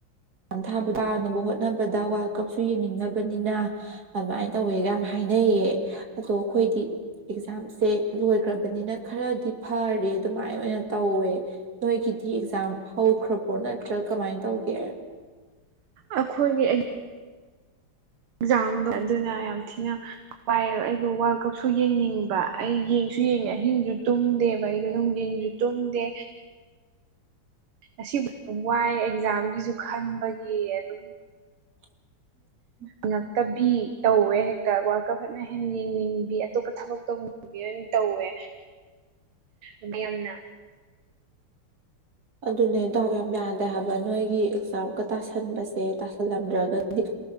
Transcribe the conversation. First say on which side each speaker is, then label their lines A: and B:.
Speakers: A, on the right (about 45°); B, on the right (about 85°).
A: ꯊꯥ ꯄꯥꯅꯕ ꯍꯣꯠꯅꯕꯗ ꯋꯥꯔꯜꯗ ꯀꯞꯁꯨ ꯌꯦꯡꯅꯤꯡꯅꯕꯅꯤꯅ ꯑꯗꯨꯃꯥꯏꯅ ꯇꯧꯋꯦꯒ ꯌꯥꯝ ꯍꯥꯏꯅꯩꯌꯦ ꯑꯗꯣ ꯑꯩꯈꯣꯏꯗꯤ ꯑꯦꯛꯖꯥꯝꯁꯦ ꯂꯣꯏꯈ꯭ꯔꯕꯅꯤꯅ ꯈꯔꯗꯤ ꯐꯔꯦ ꯑꯗꯨꯃꯥꯏꯅ ꯑꯣꯏꯅ ꯇꯧꯋꯦ ꯅꯣꯏꯒꯤꯗꯤ ꯑꯦꯛꯖꯥꯝ ꯍꯧꯈ꯭ꯔꯕ꯭ꯔꯣ ꯅꯠꯇ꯭ꯔ ꯀꯃꯥꯏꯅ ꯇꯧꯒꯦ꯫
B: ꯑꯩꯈꯣꯏꯒꯤ ꯑꯦꯛ ꯗꯣ ꯑꯗꯨꯅ ꯌꯥꯝ ꯊꯤꯅ ꯋꯥꯏ ꯑꯩꯗꯣ ꯋꯥꯔꯜ ꯀꯞꯁꯨ ꯌꯦꯡꯅꯤꯡꯕ ꯑꯩ ꯌꯦꯡꯁꯨ ꯌꯦꯡꯉꯦ ꯑꯍꯤꯡꯁꯨ ꯇꯨꯝꯗꯦꯕ ꯑꯩꯗꯣ ꯅꯨꯡꯊꯤꯟꯁꯨ ꯇꯨꯝꯗꯦ ꯉꯁꯤꯕꯨ ꯋꯥꯏ ꯑꯦꯛꯖꯥꯝꯒꯤꯁꯨ ꯈꯟꯕꯒꯤ ꯑꯗꯨꯝ
A: <inaudible>
B: ꯉꯛꯇꯕꯤ ꯇꯧꯋꯦ ꯍꯦꯛꯇ ꯋꯥꯔꯜ ꯀꯞ ꯐꯖꯟ ꯍꯦꯟꯅ ꯌꯦꯡꯅꯤꯡꯕꯤ ꯑꯇꯣꯞꯄ ꯊꯕꯛ ꯇꯧꯅꯤꯡ ꯇꯧꯋꯦ ꯑꯗꯨ ꯌꯥꯝꯅ
A: ꯑꯗꯨꯅꯦ ꯗꯥꯎ ꯌꯝ ꯌꯗꯦꯕꯥ ꯅꯣꯏꯒꯤ ꯑꯦꯛꯖꯥꯝꯒ ꯇꯥꯁꯟꯕꯁꯦ ꯇꯥꯁꯜꯂꯝꯗ꯭ꯔꯒꯗꯤ